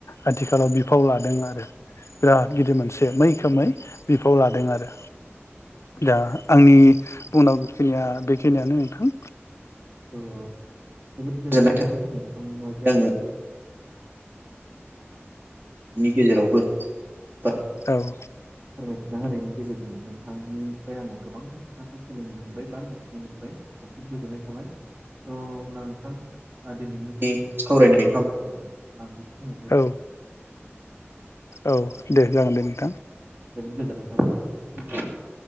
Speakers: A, on the left; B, on the right.
A: आथिखालाव बिफाव लादों आरो बिराद गिदिर मोनसे मै खोमै बिफाव लादों आरो दा आंनि बुंनांगौखिनिया बेखिनियानो नोंथां।
B: स' जोबोद गोजोननाय थाबाय <unintelligible> गेजेरावबो फोरमायथिना
A: औ
B: होनायनि गेजेरजों नोंथांनिफ्राय आङो गोबांथार खोथाखौ सोलोंनो मोनबाय बा मिथिनो मोनबाय खुब गोजोननाय थाबाय। थ' अब्ला नोंथां ओ दिनैनि बे सावरायनाय हाबाफारिखौ आं बेखिनियावनो
A: औ औ दे जागोन दे नों
B: जोबोर गोजोननाय <inaudible>